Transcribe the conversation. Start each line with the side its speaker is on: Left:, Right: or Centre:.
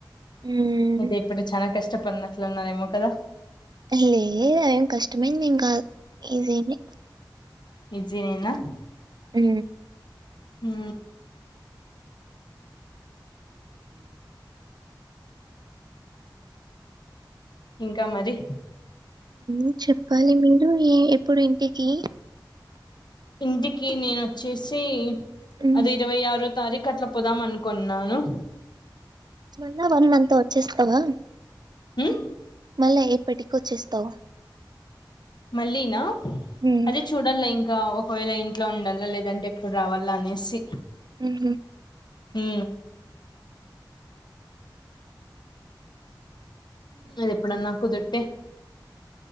Right: హ్మ్
Left: ఇంక ఇప్పుడు చానా కష్టం పన్నట్లున్న నేమో కదా
Right: లే అదేం కష్టమేనదెం కాదు ఈజీదే
Left: ఇజ్జినేనా
Right: ఉ
Left: ఉ ఇంకా మరి
Right: ఉ చెప్పాలి మీరు ఎ ఎప్పుడు ఇంటికి
Left: ఇంటికి నేను వచ్చేసి
Right: హ్మ్
Left: అది ఇరవై ఆరో తారీకు అట్లా పోదాం అనుకున్నాను
Right: మళ్ళ వన్ మంత్ వచ్చేస్తావా
Left: ఉ
Right: మళ్ళా ఎప్పటికకి వచ్చేస్తావు
Left: మళ్ళీనా
Right: హ్మ్
Left: అదే చూడల్ల ఇం ఇంకా ఒకవేళ ఇంట్లో ఉండల్ల లేదంటే ఎప్పుడు రావాల్ల అనేసి
Right: ఉహు
Left: ఉ అది ఎప్పుడన్నా కుదుట్టే